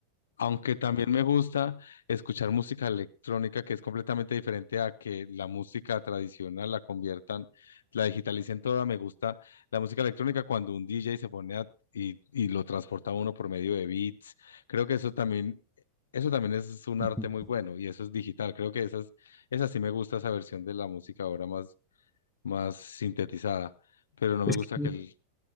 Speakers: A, on the left; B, in the centre.
A: Aunque también me gusta escuchar música electrónica que es completamente diferente a que la música tradicional la conviertan, la digitalicen toda. Me gusta la música electrónica cuando un DJ se pone a, y, y lo transporta a uno por medio de beats. Creo que eso también, eso también es
B: <laughs>
A: un arte muy bueno y eso es digital. Creo que esas, esa sí me gusta esa versión de la música ahora más, más sintetizada, pero no
B: Es
A: me gusta
B: que
A: que el,